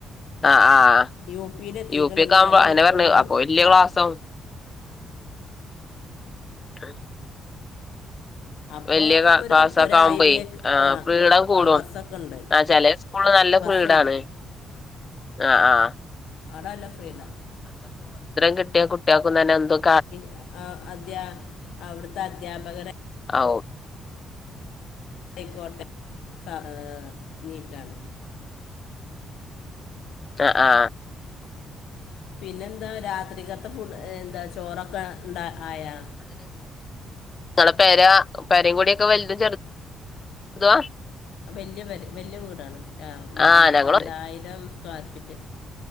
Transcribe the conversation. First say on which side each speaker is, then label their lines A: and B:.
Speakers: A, on the left (about 30°); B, on the left (about 80°).
A: അ ആ അ
B: യു പിയിൽ എത്തിക്കണം
A: യുപി ഒക്കെ
B: എന്നാലും
A: ആവുമ്പോ അതെന്നെ
B: സ്കൂളിൽ
A: പറഞ് അപ്പൊ വല്യ ക്ലാസവും
B: ആ
A: റ്റം <unintelligible>
B: ആ അപ്പോൾ
A: വലിയ
B: ഒരു
A: ക്ലാസ്സൊക്കെ
B: പുറത്ത് ഒരു
A: ആവുമ്പോ
B: ഹൈവേ ആ
A: ഫ്രീഡം കൂടും
B: ആ ബസ്സൊക്കെ ഉണ്ട്
A: ആ ചില സ്കൂളുകളിൽ നല്ല
B: ബസ്സുണ്ട്
A: ഫ്രീഡം ആണ് ആ ആ
B: അവിടെ നല്ല ഫ്രീഡ
A: കിട്ടിയ കുട്ട്യാക്കും തന്നെ എന്തും
B: <unintelligible> അവിടുത്തെ അധ്യാപകരെ
A: ഔ
B: ആയിക്കോട്ടെ സാ നീറ്റാണ്
A: ആ ആ
B: പിന്നെന്താ രാത്രികത്തെ ഫുഡ്‌ എന്താ ചോറൊക്കെ ഉണ്ടാ ആയോ
A: നിങ്ങളെ പേരാ പെരിം കൂടിയൊക്കെ വലുതും ചെറുതുവാ
B: വല്യ പെര വല്യ വീടാണ് അ
A: ആഹ് ഞങ്ങള്
B: രണ്ടായിരം സ്ക്വയർ ഫിറ്റ്